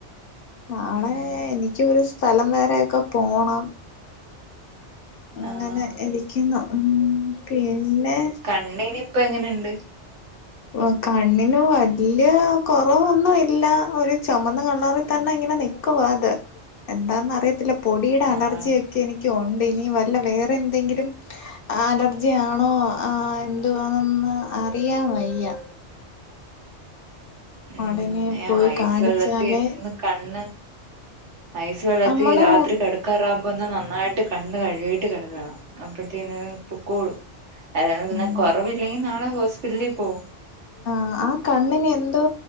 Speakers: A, on the left; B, on the right.
A: നാളെ
B: ഉം
A: എനിക്ക്‌ ഒരു സ്ഥലം വരേക്കെ പോണം. അങ്ങനെ
B: ആഹ്
A: ഇരിക്കുന്നു ഹും പിന്നെ
B: കണ്ണിന് ഇപ്പ എങ്ങനെയുണ്ട്.
A: ഓഹ് കണ്ണിന് വല്ലിയ കൊറവൊന്നും ഇല്ല ഒരു ചൊമന്ന കളറ് തന്നെ ഇങ്ങനെ നിൽക്കുവാ അത് എന്താന്ന് അറിയത്തില്ല പൊടിയുടെ
B: നാളെ
A: അലർജിയ ക്കെ എനിക്ക് ഒണ്ട് ഇനി വല്ല വേറെന്തെങ്കിലും--ഹ് ആ അലർജിയാണോ ആഹ് എന്തുവാണെന്ന് അറിയാൻ വയ്യ.
B: ഉം പിന്നെ
A: ഉടനെ പോയി
B: ഐസ്
A: കാണിച്ചാലേ
B: വെള്ളത്തിൽ ഒന്ന് കണ്ണ് ഐ സ് വെള്ളത്തി
A: നമ്മള്
B: രാത്രി കെട ക്കാറാകുമ്പോ ഒന്ന് നന്നായിട്ട് കണ്ണ്. കഴുകിയിട്ട് കെടക്കണം അപ്പഴത്തക്ക്‌ പൊക്കോളും. അല്ലാതെ പിന്നെ
A: ഉം
B: കുറവില്ലെങ്കി നാളെ ഹോസ്പിറ്റലിൽ പോ.
A: ആഹ് ആ കണ്ണിന് എന്തോ